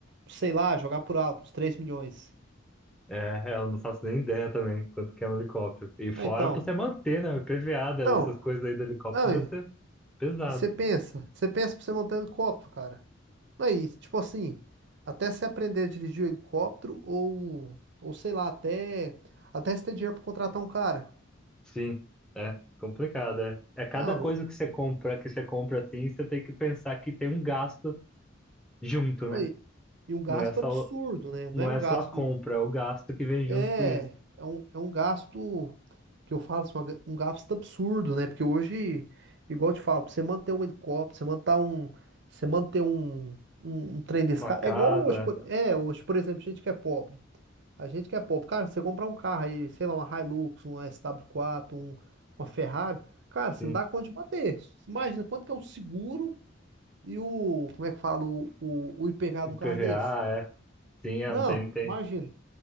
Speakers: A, on the right; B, in the centre.
A: sei lá, jogar por alto, uns três milhões.
B: É, é, eu não faço nem ideia também quanto que é um helicóptero. E fora
A: Ah, então.
B: pra você manter, né? PVA,
A: Não,
B: essas coisas aí do helicóptero
A: não,
B: deve
A: e
B: ser Pesado,
A: e você pensa, você pensa pra você montar um helicóptero, cara. Não, e tipo assim, até você aprender a dirigir o helicóptero, ou, ou sei lá, até, até você ter dinheiro pra contratar um cara.
B: sim, é complicado, é. É cada
A: Não,
B: coisa que você compra, que você compra assim, você tem que pensar que tem um gasto junto, né?
A: aí. E um gasto
B: Não é só,
A: absurdo, né? Não
B: não
A: é
B: é
A: um gasto.
B: só a compra, é o gasto que vem
A: É,
B: junto com isso.
A: é um, é um gasto que eu falo assim, uma ga- um gasto absurdo, né? Porque hoje, igual eu te falo, pra você manter um helicóptero, você manter um, você manter um, um, um trem desse
B: Uma
A: carro,
B: casa,
A: é igual hoje, por- é, hoje, por exemplo, gente que é pobre, a gente que é pobre, cara, você comprar um carro aí, sei lá, uma Hilux, uma S W quatro, um, uma Ferrari, cara, você
B: assim,
A: não dá conta de manter. Imagina quanto que é o seguro e o, como é que fala, o, o, o IPVA de
B: IPVA,
A: um carro desse?
B: é. Sim, é,
A: Não,
B: não tem, tem.
A: imagina.